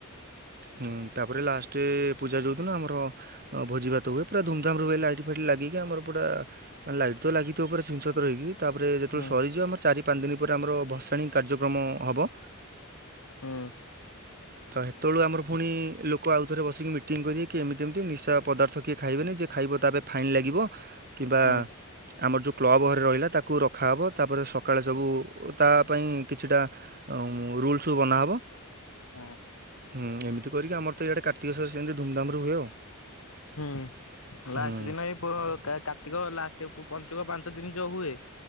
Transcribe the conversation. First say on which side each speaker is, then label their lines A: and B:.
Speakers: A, on the right; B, on the left.
A: ହୁଁ ତାପରେ ଲାଷ୍ଟେ ପୂଜା ଯଉଦିନ ଆମର ଭୋଜିଭାତ ହୁଏ ପୁରା ଧୁମଧାମ୍ ର ହୁଏ ଲାଇଟି ଫାଇଟି ଲାଗିକି ଆମର ପୁରା ମାନେ ଲାଇଟ୍ ତ ଲାଗିଥିବ ପୁରା ଛିନ୍ ଛତର ହେଇକି। ତାପରେ ଯେତେବେଳେ
B: ହୁଁ ହୁଁ
A: ସରିଯିବ ଆମର ଚାରି ପାଞ୍ଚ ଦିନି ପରେ ଆମର ଭସାଣି କାର୍ଯ୍ୟକ୍ରମ ହବ।
B: ହୁଁ।
A: ତ ହେତବେଳୁ ଆମର ପୁଣି ଲୋକ ଆଉଥରେ ବସିକି ମିଟିଂ କରିବେ କି ଏମିତି ଏମିତି ନିଶା ପଦାର୍ଥ କିଏ ଖାଇବେନି ଯେ ଖାଇବ ତାପରେ ଫାଇନ୍ ଲାଗିବ କିମ୍ବା
B: ହୁଁ
A: ଆମର ଯୋଉ କ୍ଲବ ଘରେ ରହିଲା ତାକୁ ରଖାହବ ତାପରେ ସ ସକାଳେ ସବୁ ତା ପାଇଁ କିଛିଟା ରୁଲ୍ସ୍ ବନା ହବ
B: ହଁ
A: ହଁ ଏମିତି କରିକି ଆମର ତ ଇଆଡେ କାର୍ତ୍ତିକ ସର ସେମିତି ଧୁମ୍ ଧାମ୍ ରେ ହୁଏ ଆଉ।
B: ହୁଁ ଲାଷ୍ଟ୍
A: ହୁଁ
B: ଦିନ ଏଇ ପୁର କାର୍ତ୍ତିକ ଲାଷ୍ଟ୍ ଏତେ ପଞ୍ଚୁକ ପାଞ୍ଚ ଦିନ ଯୋଉ ହୁଏ